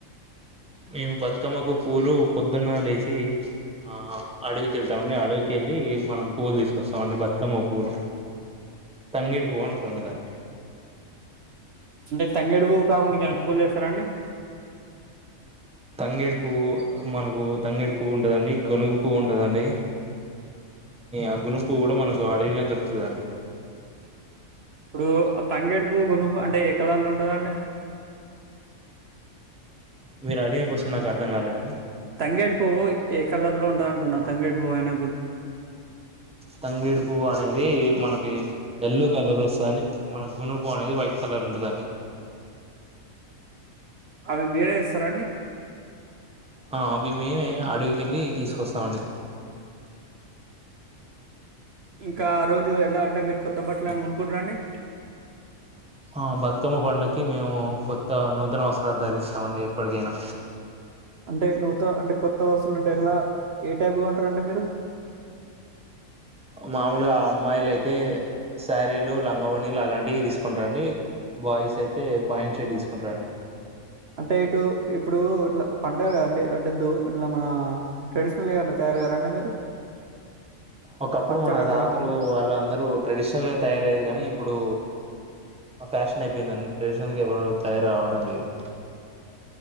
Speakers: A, in the centre; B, on the right (about 55°).
A: మేము బతుకమ్మకు పూలు పొద్దున్న లేేసి ఆ మేము బతుకమ్మ కు పూలు పొద్దున లేచి అడవికి వెళ్తామండి అడవికిెళ్ళి మనం పూవ్లు తీసుకొస్తామ అండి బతుకమ్మ పూలు తంగేడి పువ అంటారండి దాన్ని
B: అంటే తంగేడు కాకుండా ఇంకా ఏం పూలుతెస్తారండి
A: తంగేడు పువ్వు మనకు తంగేడు పువ్వు ఉండదండి గునుగు పువ్వు ఉంటది అండి ఆ గుణకపువ్వు కూడా మనకి అడవిలో దొరుకుతుంది
B: ఇప్పుడు తంగేడుపువ్వు గునుపువ్వు అంటే ఏ కలర్ లో ఉంటదండి
A: మీరు అడిగిన క్యూషన్ నాకు అర్థం కాలేదని
B: తంగేడి పువ్వు ఏ కలర్ లో ఉంటంది అంటున్నా తంగేడి పువ్వుయిన
A: తంగేడి పువ అనేది మనకి ఎల్లో కలర్ వస్తుందండి మన గునుపు అనేది వైట్ కలర్ ఉంటదండి
B: అవి మీరే ఇస్తారాండి
A: ఆ అవి మేము అడవికి వెళ్ళి తీసుకొస్తామండి
B: ఇంకా ఆ రోజు ఎలా అంటే మీరు కొత్త బట్టలు ఏమైనా కొనుకుంటారంండి
A: ఆ బతుకమ్మ పడుకి మేము కొత్త నూతన అవసరాలు ధరించామండి ఎప్పటికైనా
B: అంటే నూత అంటే కొత్త వస్తువులు అంటే ఎట్లా ఏ టైప్ కొంటారండి మీరు
A: మామూలు ఆ అమ్మాయిలు అయితే శారీలు లంగవోణీలు అలాంటివి తీసుకుంటారండి బాయ్స్ అయితే పేంట్ షట్ తీసుకుంటారండి
B: అంటే ఇటు ఇప్పుడు ఇట్లా పండగగా అండి అంటే దూ ఇట్లా మన ట్రెడిషనల్ గా ఏమన్నా తయారు కారా అండి
A: ఒకప్పుడు
B: పంచ
A: మన
B: కట్టడం
A: తాతలు
B: అట్లా
A: వాళ్ళ అందరూ ట్రెడిషనల్ గా తయారయేది కానీ ఇప్పుడు ఆ ఫ్యాషన్ అయిపోయిందండి ట్రెడిషనల్గా ఎవరు తయారు రావడం లేదు